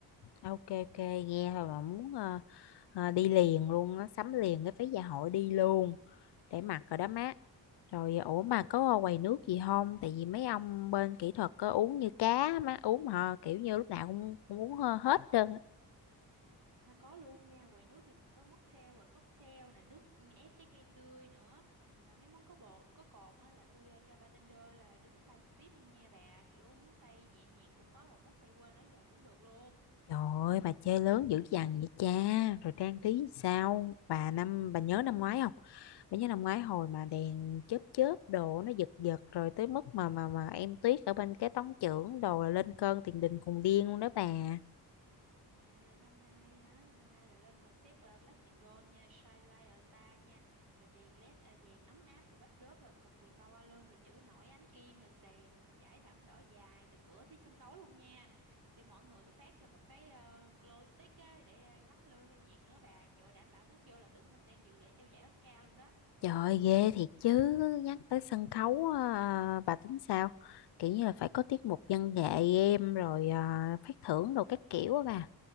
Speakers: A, on the left (about 75°); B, on the right (about 60°).
A: ok ok nghe thôi mà muốn ờ, ờ, đi liền luôn á sắm liền cái phí dạ hội đi luôn để mặc rồi đó má. Rồi ủa mà có quầy nước gì không? Tại vì mấy ông bên kỹ thuật có uống như cá má uống mà kiểu như lúc nào cũng, cũng uống hơ- hết trơn
B: À, có luôn nha, quầy nước thì mình có mocktail rồi cocktail nè, nước ép trái cây tươi nữa. À, mấy món có bột, có cồn á là tôi à, cho bartender là đứng pha trực tiếp luôn nha bà, kiểu muốn xay nhẹ nhàng cũng có rồi muốn xay quên lấy vậy cũng được luôn.
A: Trời ơi, bà chơi lớn dữ dằn vậy cha, rồi trang trí sao? Bà năm bà nhớ năm ngoái không? Bà nhớ năm ngoái hồi mà đèn chớp chớp đồ nó giật giật rồi tới mức mà mà mà em Tuyết ở bên cái tống trưởng đồ là lên cơn tiền đình khùng điên luôn đó bà.
B: À, năm nay hả? Năm nay là lên concept ờ, Black and Gold nha, Shine Like a Star nha. Rồi đèn LED ờ, vàng ấm áp, rồi backdrop là cực kỳ to luôn, rồi chữ nổi ánh kim, rồi sàn trải thảm đỏ dài từ cửa tới sân khấu luôn nha. Sẽ mỗi người tôi phát cho một cái ờ, glow stick á, để ờ, lắc lư theo nhạc nữa bà. Trời ơi, đảm bảo bước vô là tưởng mình đang dự lễ trao giải Oscar luôn đó.
A: Trời ơi, ghê thiệt chứ, nhắc tới sân khấu à, bà tính sao? Kiểu như là phải có tiết mục văn nghệ em rồi à, phát thưởng đồ các kiểu á bà.